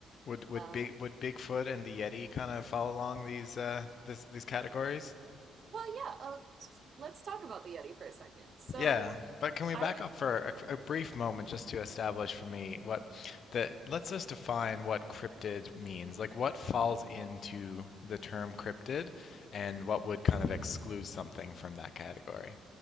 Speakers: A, on the left (about 55°); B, on the right (about 50°).
A: Would would
B: Um,
A: big would Bigfoot and the Yeti kind of follow along these uh this these categories?
B: Well, yeah, uh, let's talk about the Yeti for a second. So,
A: Yeah, but can we back
B: I would,
A: up for a, qu- a brief moment just to establish for me what the let's just define what cryptid means. Like what falls into the term cryptid and what would kind of exclude something from that category?